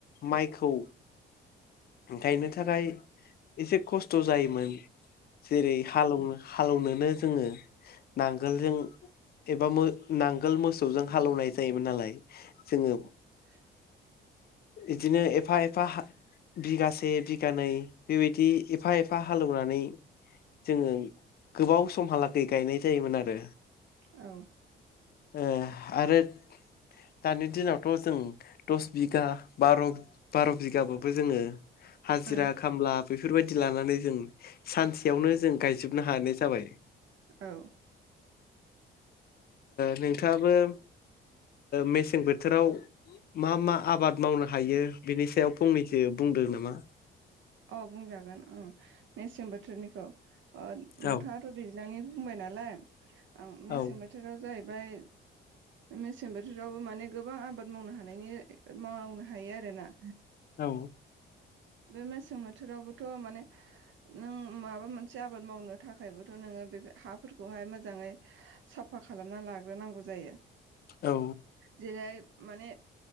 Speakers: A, on the left; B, on the right.
A: माइखौ गायनो थाखाय एसे खस्थ' जायोमोन जेरै हालेवनो हालेनोनो जोङो नांगोलजों एबा मो नांगोल मोसौजों हालौवनाय जायोमोन नालाय जोङो
B: <unintelligible>
A: बिदिनो एफा एफा बिगासे बिगानै बेबायदि एफा एफा हालेवनानै जोङो गोबाव समहालागै गायनाय जायोमोन आरो।
B: औ
A: ओ आरो दानि दिनावथ' जों दस बिगा बार' बार' बिगाबाबो जोङो हाजिरा
B: औ ओं
A: खामला बेफोरबायदि लानानै जों सानसेयावनो जों गायजोबनो हानाय जाबाय
B: औ
A: नोंथाङाबो मेसें बोथोराव मा मा आबाद मावनो हायो बिनि सायाव फंनैसो बुंदों नामा
B: अ बुंजागोन ओं मेसें बोथोरनिखौ अ नोंथा
A: औ
B: थ' दैज्लांनि बुंबाय नालाय आं मेसें
A: औ
B: बोथोराव जाहैबाय मेसें बोथोरावबो माने गोबां आबाद मावनो हानायनि मावनो हायो आरोना।
A: औ।
B: बे मेसें बोथोरावबोथ' माने नों माबा मोनसे आबाद मावनो थाखायबोथ' नोङो बे हाफोरखौहाय मोजाङै साफा खालामना लाग्रोनांगौ जायो।
A: औ।
B: जेरैहाय माने